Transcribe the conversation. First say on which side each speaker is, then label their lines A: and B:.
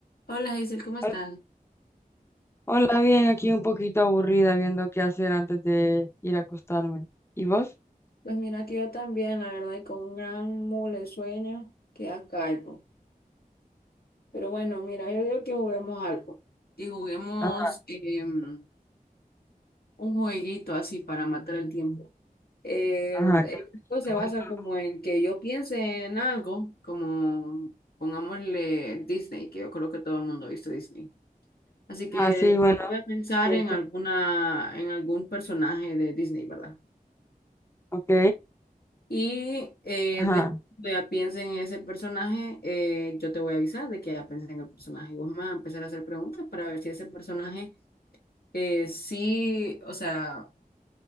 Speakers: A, on the left; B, on the left.
A: Hola Hazel, ¿cómo estás?
B: Al- Hola, bien, aquí un poquito aburrida viendo qué hacer antes de ir a acostarme. ¿Y vos?
A: Pues mira que yo también, la verdad, y con un gran mole sueño que a cargo. Pero bueno, mira, yo digo que juguemos algo. Que juguemos
B: Ajá,
A: em, un jueguito así para matar el tiempo. Eh,
B: ajá,
A: esto
B: claro,
A: se
B: voy
A: basa
B: con-
A: como en que yo piense en algo, Como pongámosle Disney, que yo creo que todo el mundo ha visto Disney. Así que
B: Ah, sí, bueno,
A: voy a pensar
B: es cierto.
A: en alguna, en algún personaje de Disney, ¿verdad?
B: Ok,
A: Y eh,
B: ajá.
A: después que ya piense en ese personaje, eh, yo te voy a avisar de que ya pensé en el personaje. Y vos me vas a empezar a hacer preguntas para ver si ese personaje eh, sí, o sea,